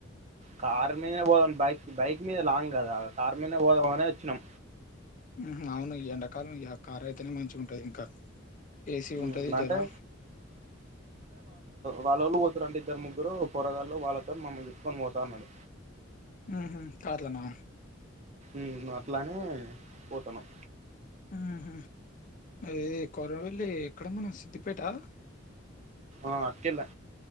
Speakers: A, on the right; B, on the left.
A: కార్ మీదనే పోదాం. బైక్ బైక్ మీద లాంగ్ కదా, కార్ మీదనే పోదాం అనే వచ్చినం.
B: హుహ్ అవును ఈ ఎండాకాలం యా కారయితేనే మంచిగా ఉంటది ఇంకా. ఏసీ
A: ఉమ్,
B: ఉంటది జరా
A: అంటే వాలోళ్ళు పోతారంట ఇద్దరు ముగ్గురు పోరగాళ్ళు. వాళ్ళతోని మమ్మల్ని తీసుకొని పోతా అన్నరు.
B: ఉహు కార్లనా.
A: ఉ అట్లానే పోతన్నం.
B: హుహ్ ఇది కొమురవెల్లి ఎక్కడ మన సిద్దిపేటా?
A: ఆ అటుకెల్లె